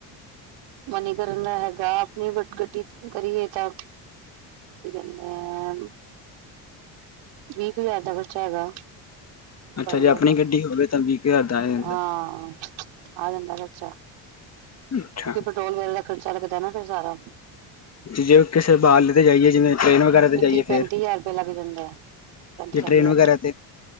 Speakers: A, on the right; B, on the left.
A: ਮਨੀਕਰਨ, ਦਾ ਹੈਗਾ ਜੇ ਗੱਡੀ ਕਰੀਏ ਤਾ ਕੀ ਕਹਿੰਦੇ ਆ, ਵੀਹ ਕੁ ਹਜ਼ਾਰ ਦਾ ਖ਼ਰਚਾ ਹੈਗਾ।
B: ਹਾਂ। <inaudible> <unintelligible> ਅੱਛਾ,
A: ਬਾਈ
B: ਜੇ
A: ਹਜ਼ਾਰ
B: ਆਪਣੀ
A: ਦਾ
B: ਗੱਡੀ ਹੋਵੇ ਤਾਂ, ਵੀਹ ਕੁ ਹਜ਼ਾਰ ਦਾ ਆ ਜਾਂਦਾ।
A: ਹਾਂ ਆ ਜਾਂਦਾ ਖਰਚਾ
B: ਅੱਛਾ
A: ਕਿਉਂਕਿ ਪੈਟਰੋਲ ਵਗੈਰਾ ਦਾ ਖਰਚਾ ਲੱਗਦਾ ਫਿਰ ਸਾਰਾ।
B: ਜੇ ਕਿਸੇ ਬਾਹਰਲੇ ਤੇ ਜਾਈਏ ਜਿਵੇਂ। ਟ੍ਰੇਨ ਵਗੈਰਾ ਤੇ
A: ਫਿਰ
B: ਜਾਈਏ
A: ਤੀਹ ਪੈਂਤੀ
B: ਫੇਰ
A: ਹਜ਼ਾਰ ਰੁਪਇਆ ਲੱਗ ਜਾਂਦਾ ਹੈ। ਪੈਂਤੀ
B: ਜੇ
A: ਚਾਲੀ
B: ਟ੍ਰੇਨ
A: ਹਜ਼ਾਰ
B: ਵਗੈਰਾ ਤੇ